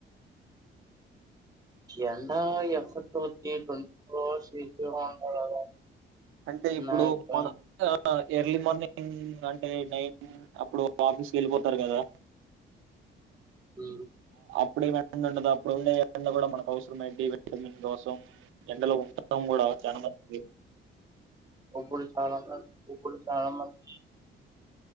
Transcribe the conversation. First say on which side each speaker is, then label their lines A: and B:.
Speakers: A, on the right (about 20°); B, on the right (about 85°).
A: ఎండ <unintelligible>
B: అంటే ఇప్పుడు
A: నా అభిప్రాయం
B: మన ఎర్లీ మార్నింగ్ అంటే నైన్ అప్పుడు ఆఫీస్కి వెళ్ళిపోతారు కదా
A: అ
B: ఇప్పుడు ఈ ఎండ ఉండదు అప్పుడు ఉండే ఎండ కూడా మనకు అవసరం ఏంటి విటమిన్ కోసం ఎండలో ఉంటాం కూడా చానా మంది
A: ఒబ్బులు చాలా స ఒబ్బులు చాలా మంది